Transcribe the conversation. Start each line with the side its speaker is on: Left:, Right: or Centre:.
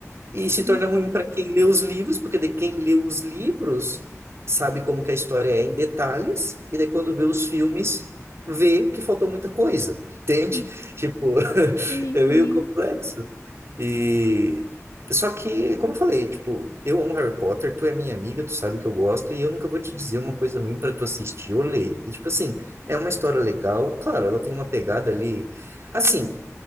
Right: E se torna
Left: Uhum.
Right: ruim para quem lê os livros, porque de quem lê os livros sabe como que a história é em detalhes, e daí quando vê os filmes, vê que faltou muita coisa, entende?
Left: Uhum.
Right: Tipo, <laughs>
Left: Sim,
Right: é
Left: sim.
Right: meio complexo. E só que, como eu falei, tipo, eu amo Harry Potter, tu é minha amiga, tu sabe que eu gosto, e eu nunca vou te dizer uma coisa ruim para tu assistir ou ler. E tipo assim, é uma história legal, claro, ela tem uma pegada ali. Assim,